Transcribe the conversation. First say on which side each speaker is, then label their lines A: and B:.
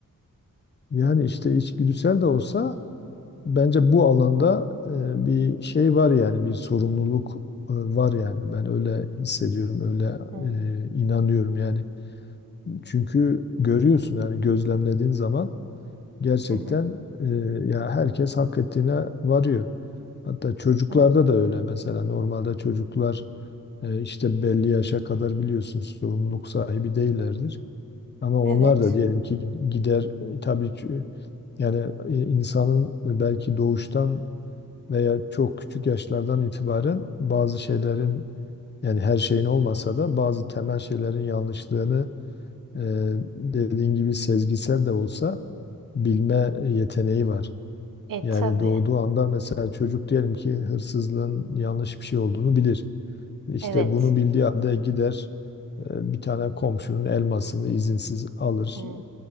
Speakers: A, on the left (about 30°); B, on the right (about 70°).
A: Yani işte içgüdüsel de olsa bence bu alanda e, bir şey var yani bir sorumluluk e, var yani. Ben öyle hissediyorum, öyle
B: Hmm.
A: e, inanıyorum yani. Çünkü görüyorsun yani gözlemlediğin zaman Gerçekten
B: Hı hı.
A: e, ya herkes hak ettiğine varıyor. Hatta çocuklarda
B: Hmm.
A: da öyle mesela normalde çocuklar e, işte belli yaşa kadar biliyorsunuz sorumluluk sahibi değillerdir. Ama onlar
B: Evet.
A: da diyelim ki gider e, tabii ki yani e, insanın belki doğuştan veya çok küçük yaşlardan itibaren bazı şeylerin yani her şeyin olmasa da bazı temel şeylerin yanlışlığını e, dediğin gibi sezgisel de olsa bilme yeteneği var.
B: E
A: Yani
B: tabii.
A: doğduğu anda mesela çocuk diyelim ki hırsızlığın yanlış bir şey olduğunu bilir. İşte
B: Evet.
A: bunu bildiği halde gider e, bir tane komşunun elmasını izinsiz alır.
B: Hmm.